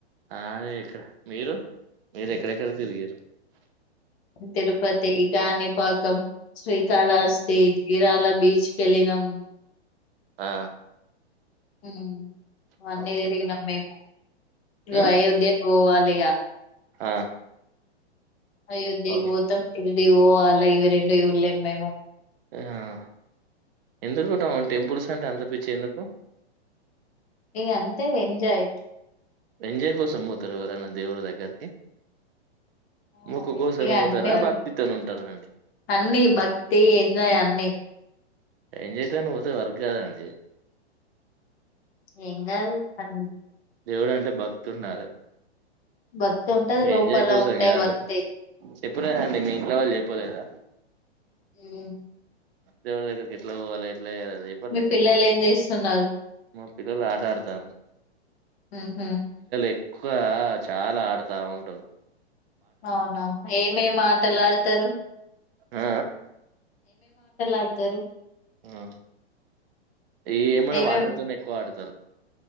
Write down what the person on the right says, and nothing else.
ఆ అదే <unintelligible> మీరు ఎక్కడెక్కడ తిరిగిర్రు
హ్మ్.
ఆ
ఓకే.
హ్మ్.
ఆ
ఓకే.
మ్మ్ ఎందుకుంటవ్ టెంపుల్స్ అంటే అంతపిచి ఎందుకు
ఎంజాయ్ కోసం వోతరా ఎవరన్నా దేవుని దగ్గరికి
మొక్కు కోసం పోతారా?
భక్తితోని ఉంటారా అండి?
ఎంజాయ్ తోని వోతే వర్కాదండి
దేవుడంటే భక్తి ఉండాలే
ఎంజాయ్ కోసం
కాదు,
చెప్పలేదండి మీ ఇంట్లో వాళ్ళు చెప్పలేదా.
దేవుని దగ్గరికి ఎట్లా పోవాలి ఎట్లా చేయాలా అదే పలే
మా పిల్లలు ఆట ఆడతాను
ఎక్కువ చాలా ఆడుతూ ఉండు
ఊ
ఉ ఆ ఏమన్నా
వాటర్తోనే ఎక్కువ ఆడతారు